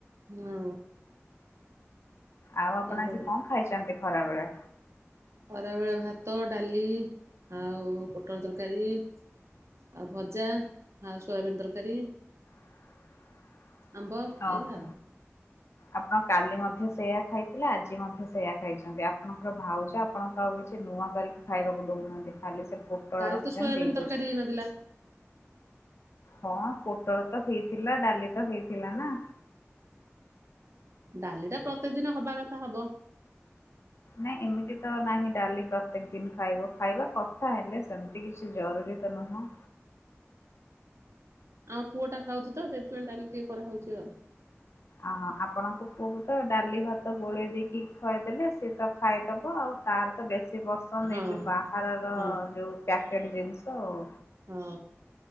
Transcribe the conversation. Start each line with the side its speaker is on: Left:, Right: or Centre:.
Right: ହୁଁ।
Left: ଆଉ ଆପଣ
Right: କରିବା
Left: ଆଜି କଣ ଖାଇଛନ୍ତି ଖରା ବେଳେ?
Right: ଖରାବେଳେ ଭାତ ଡାଲି ଆଉ ପୋଟଳ ତରକାରୀ ଆଉ ଭଜା ଆଉ ସୋୟାବିିନ ତରକାରୀ
Left: <unintelligible>
Right: ଆମ୍ବ
Left: ଓହୋ।
Right: ଏଇଆଉ।
Left: ଆପଣ କାଲି ମଧ୍ୟ ସେଇଆ ଖାଇଥିଲେ ଆଜି ମଧ୍ୟ ସେଇଆ ଖାଇଛନ୍ତି ଆପଣଙ୍କର ଭାଉଜ ଆପଣଙ୍କୁ ଆଉ କିଛି ନୂଆ କରିକି ଖାଇବାକୁ ଦଉନାହାନ୍ତି ଖାଲି ସେ ପୋଟଳ
Right: କାଲି
Left: ରଖିଛନ୍ତି
Right: ତ ସୋୟାବିିନ
Left: ଦେଇ ଦଉଛନ୍ତି।
Right: ତରକାରୀ ହେଇନଥିଲା
Left: ହଁ ପୋଟଳ ତ ହେଇଥିଲା ଡାଲି ତ ହେଇଥିଲା ନା।
Right: ଡାଲିଟା ପ୍ରତିକେ ଦିନ ହବା କଥା ହବ।
Left: ନାଇଁ ଏମିତି ତ ନାହିଁ ଡାଲି ପ୍ରତ୍ୟେକ ଦିନ ଖାଇବ ଖାଇବା କଥା ହେଲେ ସେମିତି କିଛି ଜରୁରୀ ତ ନୁହଁ।
Right: ଆମ ପୁଅ ଟା ଖାଉଛି ତ ସେଥିପାଇଁ ଡାଲିଟା କରାହଉଛି ଆଉ।
Left: ଓହୋ ଆପଣଙ୍କ ପୁଅକୁ ତ ଡାଲି ଭାତ ଗୋଳେଇ ଦେଇକି ଖୁଆଇ ଦେଲେ ସିଏ ତ ଖାଇଦବ ଆଉ। ତାର ତ ବେଶୀ ପସନ୍ଦ
Right: ହଁ
Left: ଏଇ ଯୋଉ ବାହାରର
Right: ହଁ
Left: ଯୋଉ ପ୍ୟାକେଟ ଜିନିଷ ଆଉ।
Right: ହଁ।